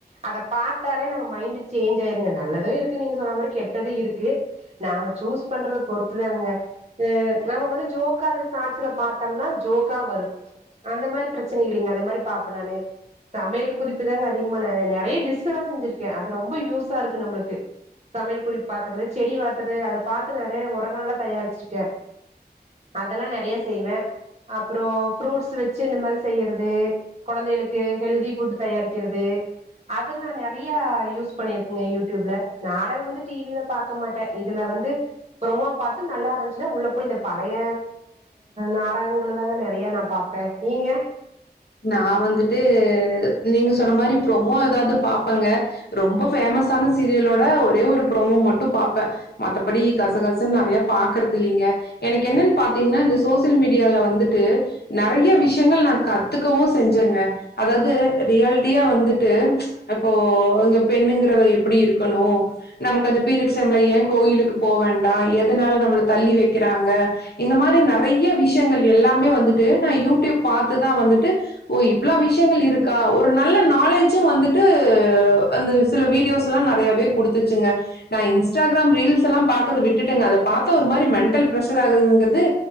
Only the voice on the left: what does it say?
நா வந்துட்டு நீங்க சொன்ன மாரி ப்ரொமோ எதாவது பாப்பங்க ரொம்ப பேஃமஸ்சான சீரியலோட ஒரே ஒரு ப்ரோமோ மட்டு பாப்பே மத்தபடி கசகசன் நறைய பாக்குறது இல்லைங்க எனக்கு என்னன் பாத்தீங்ன்னா இந்த சோசியல் மீடியால வந்துட்டு நெறைய விஷ்யங்கள் நா கத் துக்கவு செஞ்சங்க அதாவ்து ரியால்ட்டியா வந்துட்டு அப்போ இங்க பெண்ணுங்கரவா எப்படி இருக்கணு நமக்கு அந்த பீரியட்ஸ் டைம்ல ஏ கோயிலுக்கு போ வேண்டா எதனால நம்மள தள்ளி வெக்கிறாங்க இந்த மாதிரி நறைய விஷ்யங்கள் எல்லாமே வந்துட்டு நா யூடியூப் பாத்துதா வந்து டு ஓ இவ்ளா விஷ்யங்கள் இருக்கா ஒரு நல்ல நாலேஜ்ஜு வந்துட்டு அந்த சில வீடியோஸ்ல்லா நெறையாவே குடுத்துச்சுங்க நா இன்ஸ்டாகிராம் ரீல்ஸ் எல்லா பாக்கறது விட்டுட்டங்க அத பாத்தா ஒரு மாரி மென்டல் ப்ரஷர் ஆகுதுங்கற்து